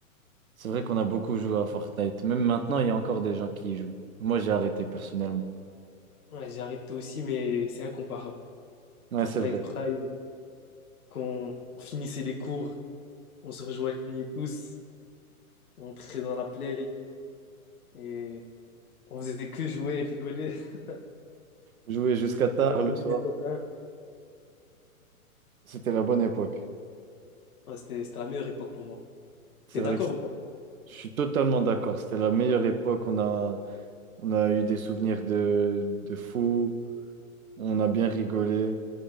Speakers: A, on the right (about 70°); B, on the left (about 80°).
A: C'est vrai qu'on a beaucoup joué à Fortnite. Même maintenant, il y a encore des gens qui y jouent. Moi, j'ai arrêté personnellement.
B: Ouais, j'ai arrêté aussi, mais c'est incomparable.
A: Ouais,
B: Fortnite
A: c'est vrai.
B: Prime, quand on finissait les cours, on se rejoignait tous, on entrait dans la play et on faisait que jouer et rigoler. <laughs>
A: Jouer jusqu'à
B: On
A: tard
B: enchaînait
A: le soir,
B: les top un.
A: c'était la bonne époque.
B: Ouais, c'était c'était la meilleure époque pour moi.
A: C'est
B: T'es
A: vrai
B: d'accord
A: que c'est-
B: ou pas?
A: je suis totalement d'accord. C'était la meilleure époque. On a, on a eu des souvenirs de, de fou. On a bien rigolé.